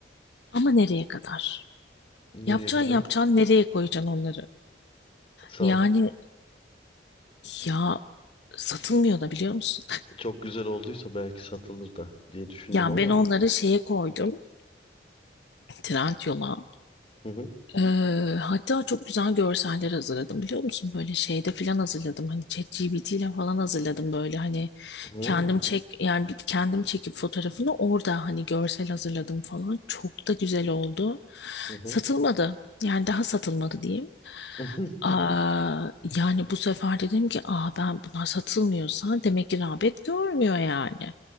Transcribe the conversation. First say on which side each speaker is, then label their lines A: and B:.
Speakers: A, on the left; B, on the left.
A: Ama nereye kadar?
B: Nereye
A: Yapacaksın
B: kadar?
A: yapacaksın nereye koyacaksın onları?
B: Saat.
A: Yani ya satılmıyor da biliyor musun?
B: Çok güzel olduysa belki satılır da diye düşündüm
A: Ya
B: ama.
A: ben onları şeye koydum. Trendyol'a.
B: Hı hı.
A: Ee, hatta çok güzel görseller hazırladım biliyor musun? Böyle şeyde falan hazırladım. Hani ChatGPT ile falan hazırladım böyle hani
B: Hı
A: kendim çek yani bir- kendim çekip fotoğrafını orada hani görsel hazırladım falan. Çok da güzel oldu.
B: hı. hı.
A: Satılmadı. Yani daha satılmadı diyeyim.
B: <laughs>
A: Aa, yani bu sefer dedim ki Aa, ben bunlar satılmıyorsa demek ki rağbet görmüyor yani. E,